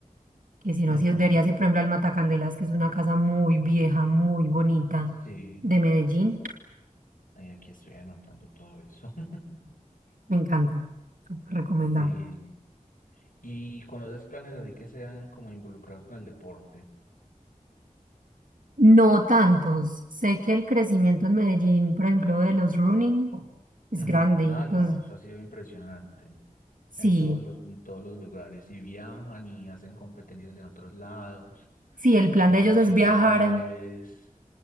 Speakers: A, on the right; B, on the left.
A: que si no,
B: Ujú.
A: si- debería ser, por ejemplo, al Matacandelas, que es una casa muy vieja, muy bonita
B: Sí,
A: de Medellín,
B: ay, aquí estoy anotando todo eso. <laughs>
A: me encanta, súper recomendado.
B: Sí. ¿Y conoces planes así que sean como involucrados con el deporte?
A: No tantos. Sé que el crecimiento en Medellín, por ejemplo, de los running es
B: Ujú,
A: grande.
B: No,
A: Entonces,
B: no, eso ha sido impresionante.
A: Sí,
B: En todos los, en todos los lugares. Y viajan y hacen competencias en otros lados,
A: sí, el plan
B: en
A: de
B: otras
A: ellos es
B: ciudades,
A: viajar,